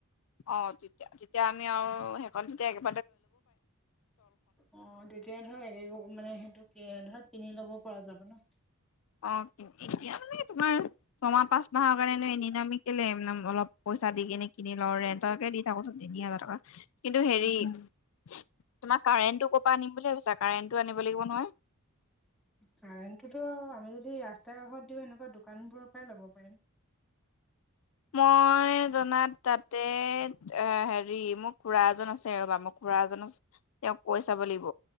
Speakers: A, on the left (about 65°); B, in the centre.
A: অ তেতিয়া, তেতিয়া আমি আৰু শেষনতে একেবাই।
B: অ তেতিয়া ধৰ এক মানে সেইটো। কে ধৰা কিনি লব পৰা যাব ন।
A: অ এতিয়া মানে তোমাৰ ছমাহ, পাঁচ মাহৰ কাৰণে এনেইনো আমি। কেলে এনাম অলপ। পইচা দি কিনে কিনি লওঁ ৰেন্তৰকে দি থাকচোন তিনি হাজাৰ টকা, কিন্তু হেৰি
B: উম।
A: ও। <unintelligible> তোমাৰ কাৰেণ্টটো ক'ৰ পৰা আনিম বুলি ভাবিছা, কাৰেণ্টটো আনিব লাগিব নহয়।
B: কাৰেণ্টটোতো আমি যদি ৰাস্তাৰ কাষত দিওঁ এনেকুৱা দোকানবোৰৰ পৰাই ল'ব পাৰিম।
A: মই জানাত তাতে আ হেৰি মোৰ খুৰা এজন আছে। এ ৰবা খুৰা এজনচ, তেওঁক। কৈ চাব লাগিব।